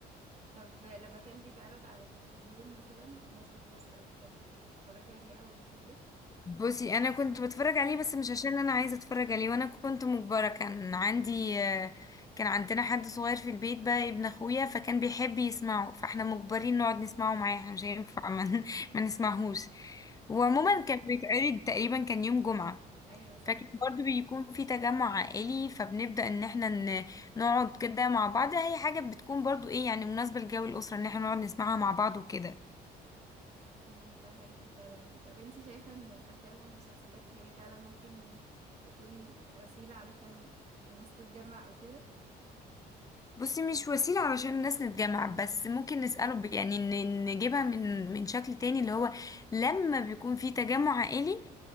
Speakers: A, on the right; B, on the left.
A: طب لما كان بيتعرض على التلفزيون مثلا مسرح مصر او كده كنت بتتفرجي عليه او بيشدك
B: بصي انا كنت بتفرج عليه بس مش عشان انا عايزة اتفرج عليه وانا كنت مجبرة كان عندي آه، كان عندنا حد صغير في البيت بقى ابن اخويا فكان بيحب يسمعه فاحنا مجبرين نقعد نسمعه معاه احنا مش هينفع ما <laughs> ما نسمعهوش
A: <laughs>
B: وعموما
A: اه
B: كان بيتعرض تقريبا كان يوم جمعة
A: ايوه صح
B: فكان برضو بيكون في تجمع عائلي فبنبدأ ان احنا ن- نقعد كده مع بعض هي حاجة بتكون برضو ايه يعني مناسبة لجو الأسرة ان احنا نقعد نسمعها مع بعض وكده
A: مم، ده حقيقي فعلا طب انتي شايفة ان الافلام والمسلسلات هي فعلا ممكن تكون وسيلة علشان الناس تتجمع او كده
B: بصي مش وسيلة علشان الناس نتجمع بس ممكن نسأله ب- يعني ن- نجيبها من من شكل تاني اللي هو لما بيكون في تجمع عائلي